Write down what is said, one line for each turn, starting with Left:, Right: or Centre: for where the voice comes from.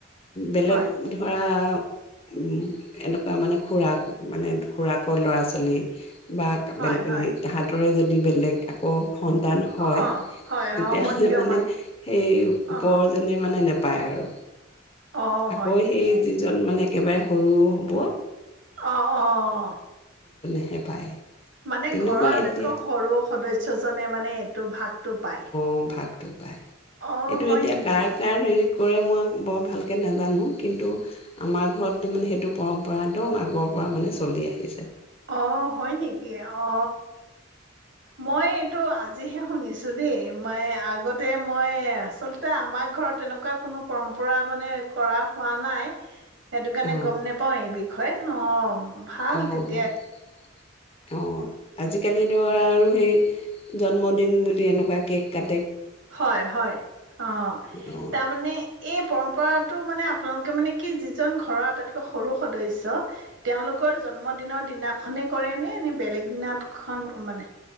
Left: বেলেগ
Right: হয়,
Left: ধৰা উম, এনেকুৱা, মানে, খুৰাক, মানে, খুৰাকৰ ল'ৰা-ছোৱালী <unintelligible>
Right: হয়, হয়।
Left: সাঁতুৰে যদি বেলেগ আকৌ সন্তান হয়।
Right: অ', হয়
Left: তেতিয়াহ'লে,
Right: সম্বন্ধীয়
Left: মানে, সেই ওপৰজনে,
Right: অ',
Left: মানে, নে পায় আৰু
Right: অ',
Left: আকৌ,
Right: হয় নেকি?
Left: সেই যিজন মানেক একেবাৰে সৰু হ'ব।
Right: অহ্ অহ্।
Left: এ পায়।
Right: মানে
Left: তেনেকুৱা
Right: ঘৰৰ আটাইতকৈ
Left: এতিয়া
Right: সৰু সদস্যজনে মানে এইটো ভাগটো পায়।
Left: <unintelligible> ভাগটো। পায়
Right: অ',
Left: এইটো
Right: হয়
Left: এতিয়া
Right: নেকি?
Left: কাৰ কাৰ হেৰিত কৰে, মই বৰ ভালকৈ নাজানো। কিন্তু, আমাৰ ঘৰত তাৰমানে, সেইটো পৰম্পৰাটো ম আগৰ পৰা মানে চলি আহিছে।
Right: অ', হয় নেকি? অ' মই এইটো আজিহে শুনিছোঁ দেই। মই আগতে, মই আচলতে আমাৰ ঘৰত তেনেকুৱা কোনো পৰম্পৰা মানে কৰা হোৱা নাই সেইটো কাৰণে
Left: অ
Right: গম নেপাওঁ এই বি ষয়, অ' ভাল
Left: অ
Right: তেত
Left: অ', আজিকালি ধৰা আৰু সেই জন্মদিন বুলি এনেকুৱা কেক কাট
Right: হয়, হয়। অ',
Left: অ
Right: তাৰ মানে এই পৰম্প পৰাটো মানে আপোনালোকে মানে কি, যিজন ঘৰৰ আটাইতকৈ সৰু সদস্য, তেওঁলোকৰ জন্মদিনৰ দিনাখনে কৰেনে নে বেল লেগ দিনাতখন মানে